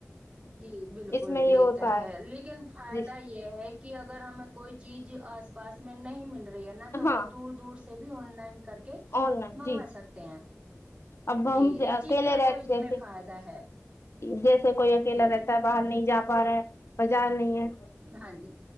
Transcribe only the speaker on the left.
اس میں
ہوتا
جی
ہاں
آن لائن
جی
اب ہم
اکیلے
رہ
جیسے
جیسے کوئی اکیلا
رہتا ہے باہر نہیں جا پا رہا ہے بازار نہیں ہے